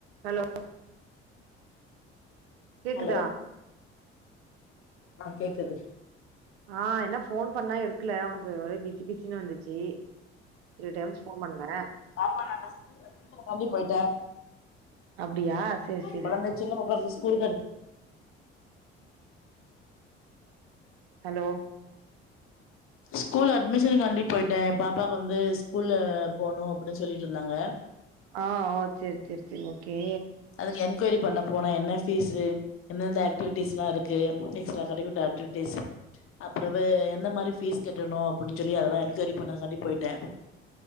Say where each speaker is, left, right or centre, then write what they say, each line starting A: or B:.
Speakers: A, on the right; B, on the left.
A: hello கேக்குதா
B: Hello ஆ கேக்குது
A: ஆ என்ன ஃபோன் பண்ணா எடுக்கல உனக்கு ஒரே பிசி பிசினு வந்துச்சு த்ரீ டைம்ஸ் ஃபோன் பண்ண
B: ஆமா நாங்க ஸ்கூல் அட்மிஷன் காண்டி போயிட்டே
A: அப்டியா சேரி சேரி
B: கொழந்தை சின்ன பாப்பா ஸ்கூலுக்கனுப்
A: ஹலோ
B: ஸ்கூல் அட்மிஷனுகாண்டி போயிட்டே எ பாப்பாக்கு வந்து ஸ்கூல்ல போகணு அப்டின்னு சொல்ட்டு இருந்தாங்க
A: ஆ ஓ செரி செரி செரி ஓகே
B: அதுக்கு என்கொயரி பண்ண போனா என்ன ஃபீஸு எந்தெந்த ஆக்டிவிட்டிஸ் லா இருக்கு எக்ஸ்ட்ரா கரிக்குட்டா ஆக்டிவிட்டிஸ் அப்புறவு எந்த மாதிரி ஃபீஸ் கட்டணு அப்டின்னு சொல்லி அதெல்லா என்கொயரி பண்ணத காண்டி போயிட்டே